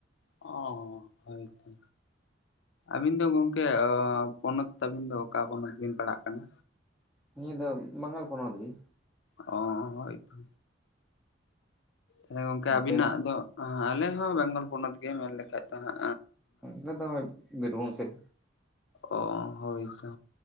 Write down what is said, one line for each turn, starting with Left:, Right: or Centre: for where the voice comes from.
Left: ᱚ ᱦᱳᱭ ᱛᱚ᱾ ᱟᱹᱵᱤᱱ ᱫᱚ ᱜᱚᱝᱠᱮ ᱯᱚᱱᱚᱛ ᱛᱟᱹᱵᱤᱱ ᱫᱚ ᱚᱠᱟ ᱯᱚᱱᱚᱛ ᱵᱤᱱ ᱯᱟᱲᱦᱟᱜ ᱠᱟᱱᱟ?
Centre: ᱱᱤᱭᱟᱹ ᱫᱚ ᱵᱟᱝᱜᱟᱞ ᱯᱚᱱᱚᱛ ᱜᱮ᱾
Left: ᱚᱻ ᱦᱳᱭ ᱛᱚ, ᱛᱟᱦᱞᱮ ᱜᱚᱝᱠᱮ
Centre: ᱱᱟᱯᱮ
Left: ᱟᱵᱤᱱᱟᱜ
Centre: ᱦᱚᱸ
Left: ᱫᱚ ᱟᱞᱮ ᱦᱚᱸ ᱵᱮᱝᱜᱚᱞ ᱯᱚᱱᱚᱛ ᱜᱮ ᱢᱮᱱ ᱞᱮᱠᱷᱟᱡ ᱫᱚ ᱦᱟᱸᱜ᱾
Centre: ᱟᱞᱮ ᱫᱚ ᱦᱟᱸᱜ ᱵᱤᱨᱵᱷᱩᱢ ᱥᱮᱫ᱾
Left: ᱚ ᱦᱳᱭ ᱛᱚ